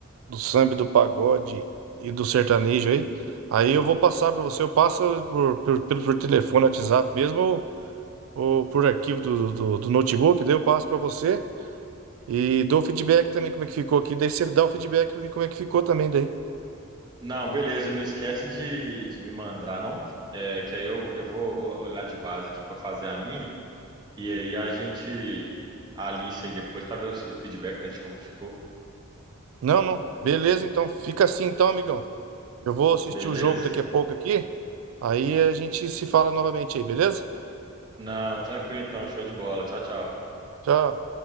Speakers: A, on the right; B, on the right.
A: do samba, e do pagode e do sertanejo aí. Aí eu vou passar para você, eu passo por, por, pelo- por telefone, WhatsApp mesmo, ou, ou por arquivo do, do, do notebook, daí eu passo para você e dou feedback também como é que ficou aqui, daí você dá o feedback para mim como é que ficou também daí.
B: Não, beleza. Não esquece de, de me mandar, não? É, que aí eu, eu vou o- olhar de base aqui pra fazer a minha. E aí a gente alinha isso aí depois pra ver o, o feedback, né, de como ficou.
A: Não, não. Beleza, então fica assim então, amigão. Eu vou assistir
B: Beleza?
A: o jogo daqui a pouco aqui. Aí a gente se fala novamente aí, beleza?
B: Não, tranquilo então. Show de bola. Tchau, tchau.
A: Tchau.